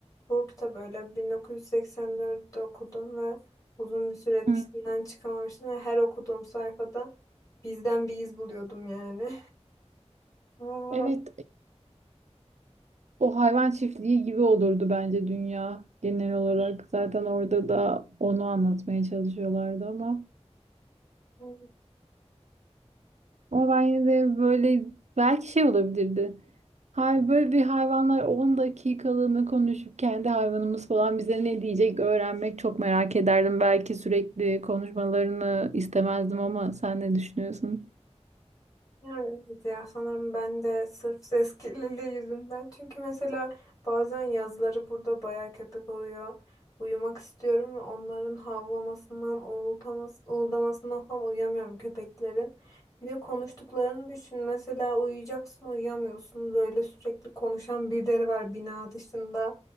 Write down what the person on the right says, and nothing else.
Hı.
Evet, o hayvan çiftliği gibi olurdu bence dünya genel olarak. Zaten orada da onu anlatmaya çalışıyorlardı ama
ama ben yine de böyle belki şey olabilirdi. Hay böyle bir hayvanlar 10 dakikalığını konuşup kendi hayvanımız falan bize ne diyecek öğrenmek çok merak ederdim. Belki sürekli konuşmalarını istemezdim ama sen ne düşünüyorsun?